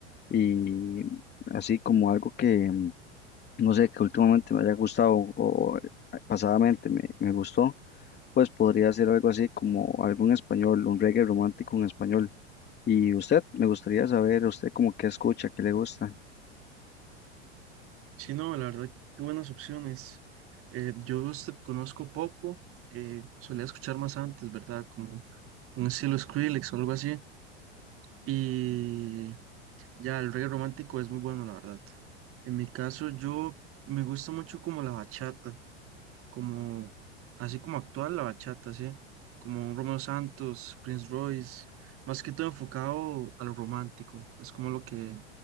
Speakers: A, on the left; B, on the right.
A: Y así como algo que, mm, no sé, que últimamente me haya gustado o, o, eh, pasadamente me, me gustó pues podría ser algo así como algo en español, un reggae romántico en español. Y usted, me gustaría saber, usted como qué escucha, qué le gusta.
B: Sí, no, la verdad, qué buenas opciones. Eh, yo de usted conozco poco, eh, solía escuchar más antes, ¿verdad? Como un estilo Skrillex o algo así. Y ya, el reggae romántico es muy bueno, la verdad. En mi caso, yo me gusta mucho como la bachata, como así como actual la bachata, ¿sí? Como un Romeo Santos, Prince Royce, más que todo enfocado a lo romántico, es como lo que